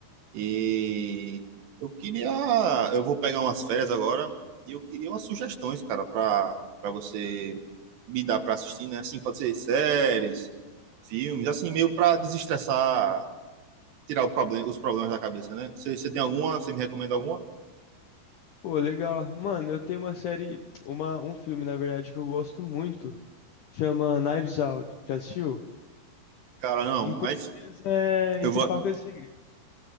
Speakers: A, on the right; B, on the left.
A: E eu queria, eu vou pegar umas férias agora e eu queria umas sugestões, cara, pra para você me dar pra assistir, né? Assim, pode ser séries, filmes, assim, meio pra desestressar, tirar o problema, os problemas da cabeça, né? Você você tem alguma? Você me recomenda alguma?
B: Pô, legal. Mano, eu tenho uma série, uma, um filme, na verdade, que eu gosto muito. Chama Knives Out. Já assistiu?
A: Cara, não,
B: Em português
A: mas
B: é
A: eu
B: Entre
A: vou.
B: Facas e Segredos.